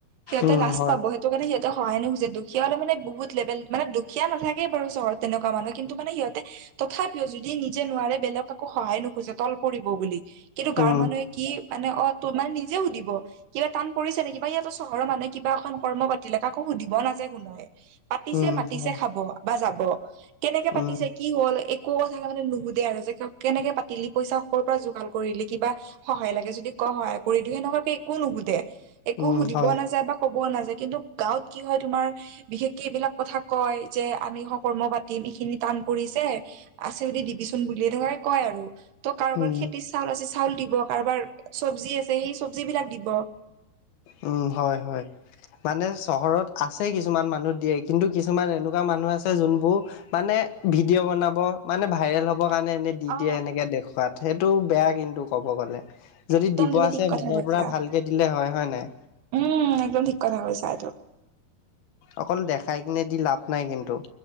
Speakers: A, on the right; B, on the left.
A: সিহঁতে
B: উম
A: লাছ
B: হয়
A: পাব সে টো কাৰনে সিহঁতে সহায় নোখোজে। দুখীয়া হলে মানে বহুত লেভেল। মানে দুখীয়া নাথাকেই বাৰু চহৰত তেনেকুৱা মানুহ কিন্তু মানে সিহঁতে তথাপিও যদি নিজে নোৱাৰে বেলেগ কাকো সহায় নোখোজে তল পৰিব বুলি। কিন্তু গাঁৱৰ
B: উম
A: মানুহে কি মানে অ তত নাই নিজে সুদিব। কিবা কাণ পৰিছে নেকি বা ইয়াতো চহৰৰ মানুহে কিবা এখন কৰ্ম পাতিলে কাকো সুধিব নাযায় কোনোৱে। পাতিছে,
B: উম
A: মাতিছে
B: হয়
A: খাব বা যাব। কেনেকে পাতিছে
B: উম
A: কি হ'ল, একো কথা তামানে নুশুধে আৰু যে কেনেকে পাতিলি, পইচা ক'ৰ পৰা যোগাৰ কৰিলি, কিবা সহায় লাগে যদি ক সহায় কৰি দিও, সেনেকুৱাকে একো নুশুধে। একো
B: উম
A: সুধিব
B: হয়
A: নাযায় বা ক'ব নাযায়, কিন্তু গাঁৱত কি হয়, তুমাৰ বিশেষকে এইবিলাক কথা কয় যে আমি স, কৰ্ম দিম এইখিনি টান পৰিছে, আছে যদি দিবিচোন বুলিয়ে সেতুহে কয় আৰু। ত' কাৰোবাৰ
B: উম
A: খেতি চাউল আছে চাউল দিব, কাৰোবাৰ চব্জি আছে সেই চবজিবলাক দিব।
B: উম, হয় হয়। মানে চহৰত আছে কিছুমান মানুহ দিয়ে কিন্তু কিছুমান এনেকুৱা মানুহ আছে যোনবোৰ মানে ভিডিঅ' বনাব, মানে ভাইৰেল হ'বৰ কাৰণে এনে দি
A: অ
B: দিয়ে এনেকে দেখুৱাত, সেইটো বেয়া কিন্তু ক'ব গ'লে। যদি
A: একদম
B: দিব
A: তুমি
B: আছে
A: ঠিক কথা
B: মনৰ
A: কৈছা
B: পৰা ভালকে দিলে হয়, হয় নাই?
A: উম, একদম ঠিক কথা কৈছা এইটো।
B: অকল দেখাই কিনে দি লাভ নাই কিন্তু।